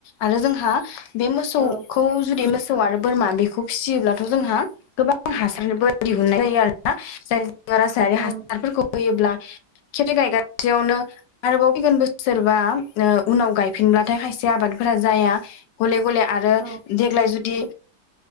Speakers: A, on the left; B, on the right.
A: आरो जोंहा बे मोसौखौ
B: औ
A: जुदि मोसौ आरो बोरमा बेखौ फिसियोब्लाथ' जोंहा गोबां हासार मोनो दिहुननाय जायो आरो ना जाय रासायारि
B: औ
A: हासारफोरखौ
B: नंगौ
A: होयोब्ला खेबसे गायगासेयावनो आरोबाव फैगोन बोसोरबा उनाव गायफिनब्लाथाय खायसे आबादफोरा जाया गले गले आरो
B: औ
A: देग्लाय जुदि